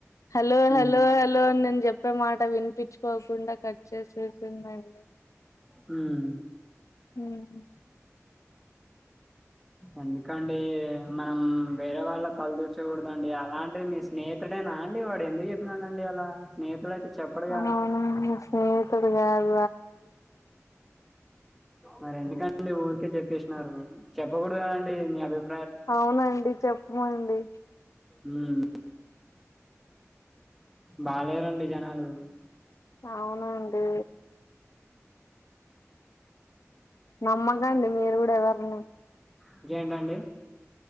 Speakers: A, on the left; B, in the centre.
A: హలో
B: హ్మ్
A: హలో హలో అని నేను చెప్పే మాట వినిపించుకోకుండా కట్ చేసేసిందండి
B: హ్మ్.
A: మ్మ్ హ్
B: ఎందుకండి మనం వేరే వాళ్ళ తలదూర్చకూడదండి అలాంటివి మీ స్నేహితుడేనా అండి వాడ్ ఎందుకు చెప్పినానండి అలా స్నేహితుడు అయితే చెప్పడుగా
A: అవునా నా స్నేహితుడు గాద్
B: మరి ఎందుకండి ఊరికే చెప్పేష్నారు చెప్పకూడదా అండి మీ అభిప్
A: అవునండి చెప్మండి
B: మ్ బాలేేరండి జనాలు
A: అవునండి నమ్మకండి మీరు గూడా ఎవరిని
B: ఇంకేంటండి